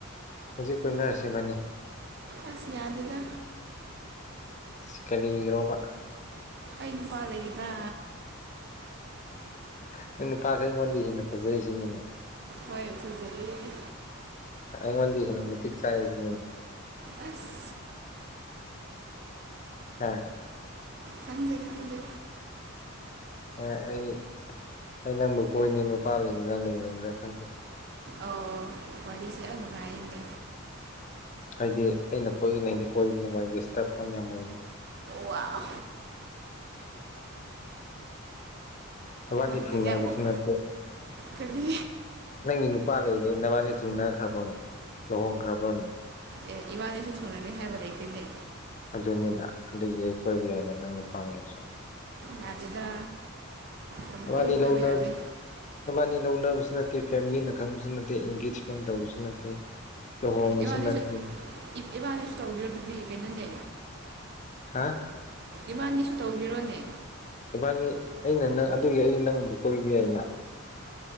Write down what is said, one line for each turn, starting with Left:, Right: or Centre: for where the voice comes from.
Left: ꯍꯧꯖꯤꯛ ꯀꯣꯏꯅꯔꯁꯦ ꯏꯕꯅꯤ
Right: ꯑꯁ ꯌꯥꯗꯦꯗ
Left: ꯏꯁ ꯀꯔꯤꯒꯤꯔꯣꯕ
Right: ꯑꯩ ꯅꯨꯄꯥ ꯂꯩꯒꯦꯗ
Left: ꯅꯪ ꯅꯨꯄꯥꯁꯦ ꯑꯩꯉꯣꯟꯗꯩ ꯍꯦꯟꯅ ꯐꯖꯩꯁꯤꯅꯤꯅꯦ
Right: ꯍꯣꯏ ꯐꯖꯩꯌꯦ
Left: ꯑꯩꯉꯣꯟꯗꯩ ꯍꯦꯟꯅ ꯃꯇꯤꯛ ꯆꯥꯏꯁꯤꯅꯤꯅꯦ
Right: ꯑꯁ
Left: ꯑꯥ
Right: ꯈꯪꯗꯦ ꯈꯪꯗꯦ
Left: ꯑ ꯑꯩ ꯑꯩ ꯅꯪꯕꯨ ꯀꯣꯏꯅꯤ ꯅꯨꯄꯥ ꯂꯩꯒꯦꯔ ꯂꯩꯔꯣꯏꯔ ꯈꯪꯗꯦ
Right: ꯑꯣ ꯋꯥꯔꯤꯁꯦ ꯌꯥꯝ ꯅꯨꯡꯉꯥꯏꯔꯤꯅꯦ
Left: ꯑꯩꯗꯤ ꯑꯩꯅ ꯀꯣꯏꯒꯅꯦꯗꯤ ꯀꯣꯏꯕꯅꯤꯀꯣ ꯑꯩꯗꯤ ꯗꯤꯁꯇꯔꯕ ꯐꯣꯟ ꯌꯥꯝ ꯑꯣꯏꯕꯅꯦ
Right: ꯋꯥꯎ
Left: ꯅꯕꯥꯅꯤ
Right: ꯅꯪꯖꯦ
Left: ꯊꯨꯡꯅꯕꯁꯨ
Right: ꯀꯌꯥꯃꯨꯛ
Left: ꯅꯠꯇꯦ
Right: ꯀꯔꯤ
Left: ꯅꯪꯒꯤ ꯅꯨꯄꯥ ꯂꯩꯈꯩ ꯅꯕꯥꯅꯤ ꯊꯨꯅꯈ꯭ꯔꯕꯅꯦ ꯂꯨꯍꯣꯡꯈ꯭ꯔꯕꯅꯦ
Right: ꯑꯦ ꯏꯕꯥꯅꯤꯁꯨ ꯊꯨꯡꯅꯅꯤ ꯍꯥꯏꯕ ꯂꯩꯇꯦꯅꯦ
Left: ꯑꯗꯨꯅꯤꯅ ꯑꯗꯨꯒꯤ ꯑꯩ ꯀꯣꯏꯕ ꯌꯥꯏꯅ ꯅꯪ ꯅꯨꯄꯥ ꯂꯩꯔꯁꯨ
Right: ꯌꯥꯗꯦꯗ ꯄꯪꯀꯣꯏ
Left: ꯅꯕꯅꯤ
Right: ꯀꯣꯏꯕ
Left: ꯂꯧꯅꯝ
Right: ꯌꯥꯗꯦ
Left: ꯅꯕꯥꯅꯤ‌ ꯂꯧꯅꯕꯁꯨ ꯅꯠꯇꯦ ꯐꯦꯝꯂꯤꯅ ꯈꯪꯕꯁꯨ ꯅꯠꯇꯦ ꯏꯟꯒꯦꯖꯃꯦꯟ ꯇꯧꯕꯁꯨ ꯅꯠꯇꯦ꯫ ꯂꯨꯍꯣꯡꯕꯁꯨ
Right: ꯏꯕꯥꯅꯤꯁꯨ
Left: ꯅꯠꯇꯦ
Right: ꯏꯕꯥꯅꯤꯁꯨ ꯇꯧꯕꯤꯔꯗꯨꯗꯤ ꯀꯩꯅꯣꯅꯦ꯫
Left: ꯍꯥꯥ꯫
Right: ꯏꯕꯥꯅꯤꯁꯨ ꯇꯧꯕꯤꯔꯣꯅꯦ꯫
Left: ꯏꯕꯥꯅꯤ ꯑꯩꯅ ꯅꯪ ꯑꯗꯨꯒꯤ ꯑꯩ ꯅꯪꯕꯨ ꯀꯣꯏꯕ ꯌꯥꯏꯅ꯫